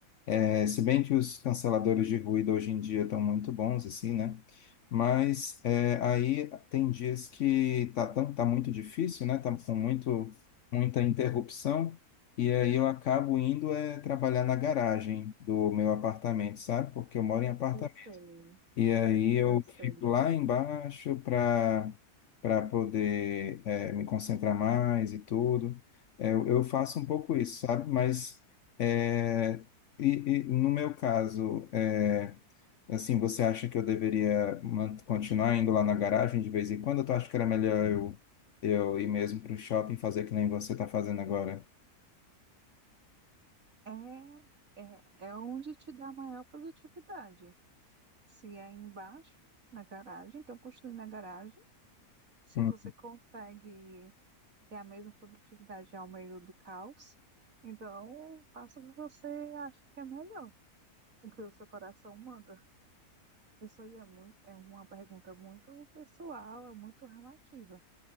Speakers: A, on the left; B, on the right.
A: É, se bem que os canceladores de ruído hoje em dia estão muito bons, assim, né? Mas é, aí tem dias que tá, tão, tá muito difícil, né? Tá com muito, muita interrupção. E aí eu acabo indo é, trabalhar na garagem do meu apartamento, sabe? Porque eu moro em apartamento.
B: Eu sei,
A: E aí eu
B: eu sei.
A: fico lá embaixo para para poder eh, me concentrar mais e tudo. Eh, Eu, eu faço um pouco isso, sabe? Mas eh, e, e no meu caso, eh, assim, você acha que eu deveria man- continuar indo lá na garagem de vez em quando? Tu acha que era melhor eu, eu ir mesmo para o shopping fazer que nem você está fazendo agora?
B: É, é, é onde te dá maior produtividade. Se é embaixo, na garagem, então construir na garagem. Se
A: Hum,
B: você consegue ter a mesma produtividade ao meio do caos, então faça o que você acha que é melhor, o que o seu coração manda. Isso aí é muito, é uma pergunta muito pessoal, é muito relativa.